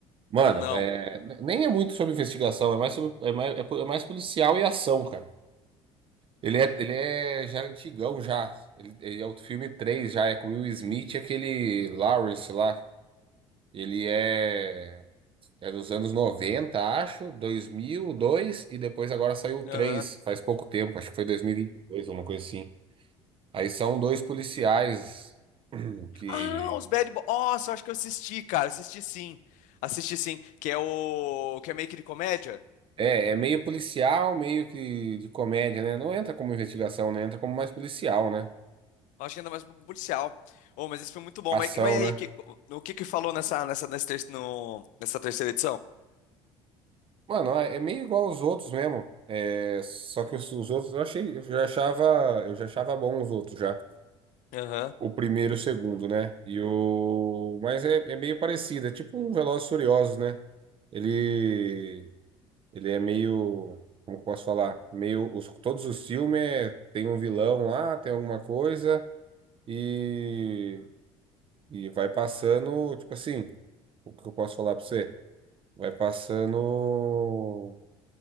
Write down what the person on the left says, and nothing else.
Não.
Aham.
Ah, os Bad Boys. Nossa, eu acho que eu assisti, cara. Assisti sim. Assisti sim. Que é o. Que é meio que de comédia.
Eu Acho que ainda mais policial. Oh, mas esse filme é muito bom.
Mas, mas e aí,
que- o que que falou nessa, nessa, nesse ter- no- nessa terceira edição?
Aham.